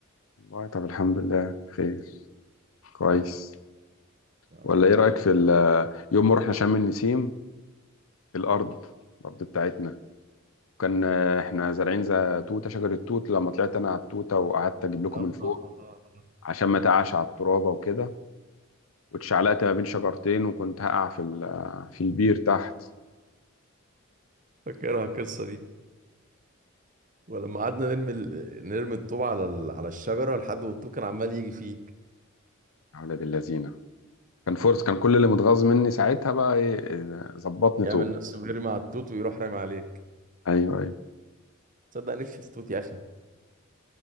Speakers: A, on the left; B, on the right.
A: والله طب الحمد لله خير كويس
B: يا نهار
A: ولا ايه
B: ابيض
A: رايك في ال- يوم ما رحنا شم النسيم الارض الارض بتاعتنا كان آه، احنا زارعين زي توته شجر التوت لما طلعت انا على التوته وقعدت اجيب
B: <laughs>
A: لكم
B: آه،
A: من فوق
B: آه، آه، آه.
A: عشان ما تقعش على الترابه وكده واتشعلقت ما بين شجرتين وكنت هقع في ال- في البير تحت
B: فاكرها القصه دي ولما قعدنا نرمي ال- نرمي الطوب على ال- على الشجره لحد والطوب كان عمال يجي فيك
A: يا ولاد اللذينه كان فورس كان كل اللي متغاظ مني ساعتها بقى ايه إيه، ظبطني
B: يعمل
A: طوب
B: نفسه بيرمي على التوت ويروح رامي عليك
A: ايوه ايوه
B: تصدق نفسي في التوت يا اخي